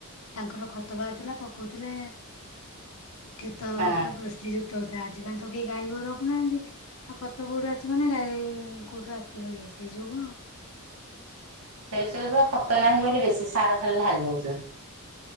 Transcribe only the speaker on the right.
ହଁ
ସେଇ ବା ଖତ ନାହିଁ ବୋଲି ବେଶୀ ସାର ଖାଲି ଢାଳି ଦଉଛନ୍ତି।